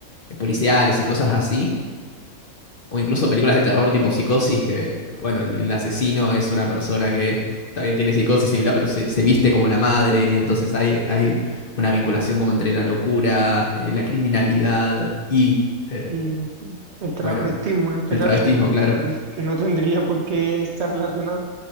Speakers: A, on the left (about 50°); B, on the right (about 60°).
A: eh, policiales y cosas así, o incluso películas de terror tipo Psicosis, que, bueno, el, el asesino es una persona que también tiene psicosis y bla, pero se, se viste como la madre, y entonces hay, hay una vinculación como entre la locura, eh, la criminalidad y, eh,
B: Y el travestismo
A: bueno,
B: en este
A: el
B: caso,
A: travestismo,
B: que no,
A: claro,
B: ten- que no tendría por qué estar relacionado,